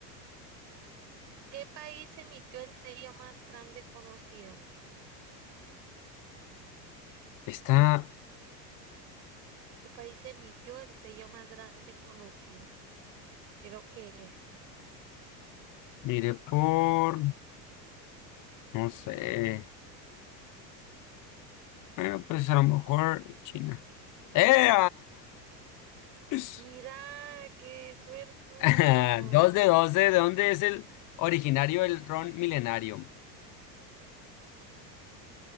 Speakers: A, on the right; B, on the left.
A: ¿qué país emitió el sello más grande conocido?
B: Esta,
A: ¿Qué país emitió el sello más grande conocido? Creo que esta.
B: miré por, no sé, bueno, pues a lo mejor China. ¡Eh! <laughs>
A: Mira, qué suertudo.
B: Ah, Dos de doce, ¿de dónde es el originario el ron milenario?